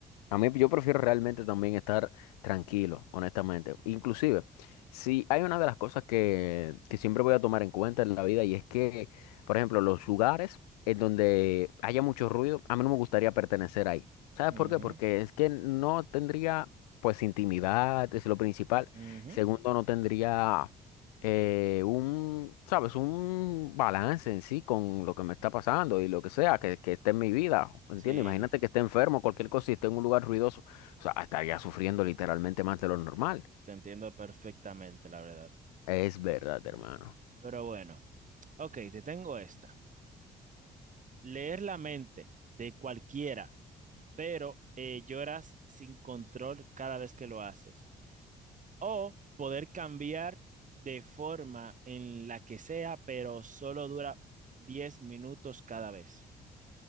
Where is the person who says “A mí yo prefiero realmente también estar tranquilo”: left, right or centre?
Left